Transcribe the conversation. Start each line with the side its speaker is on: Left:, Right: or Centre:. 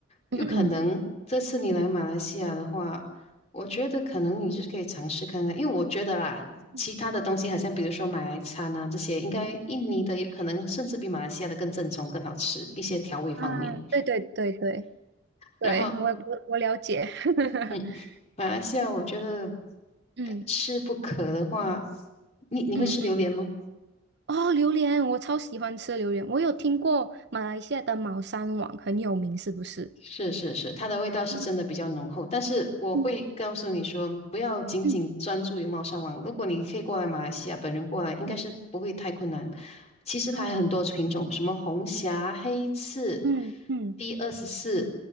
Left: 有可能这次你来马来西亚的话，
Right: 嗯嗯
Left: 我觉得可能你就是可以尝试看看，因为我觉得啦，
Right: 嗯
Left: 其他的东西好像比如说马来餐啊这些，应该印尼的有可能甚至比马来西亚的更正宗、更好吃一些调味方面。
Right: 啊，对对对对。
Left: 然后，
Right: 对，我我我了解，<laughs>
Left: 嗯，马来西亚我觉得
Right: 嗯
Left: 非吃不可的话，你你会吃榴莲吗？
Right: 嗯嗯，哦，榴莲，我超喜欢吃榴莲，我有听过马来西亚的猫山王很有名，是不是？
Left: 是是是，它的味道是真的比较浓厚，
Right: 嗯
Left: 但是我会告诉你说，
Right: 嗯
Left: 不要仅仅专注于猫山王。
Right: 嗯
Left: 如果你可以过来马来西亚，本人过来应该是不会太困难。
Right: 嗯
Left: 其实它还有很多品种，
Right: 啊
Left: 什么红霞、黑刺、
Right: 嗯嗯
Left: D 二十四，